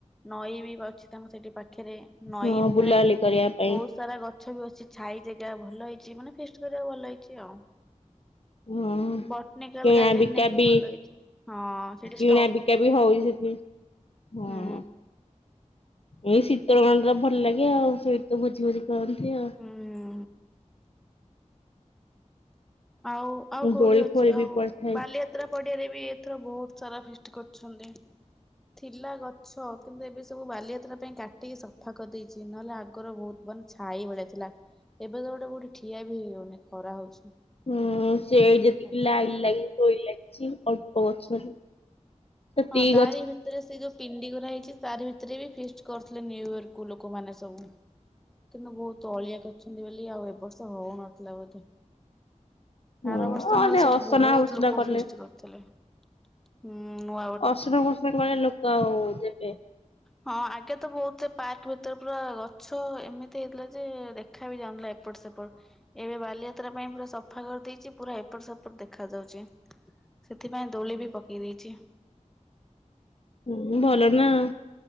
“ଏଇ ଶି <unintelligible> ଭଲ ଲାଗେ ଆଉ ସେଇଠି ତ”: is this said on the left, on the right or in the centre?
Left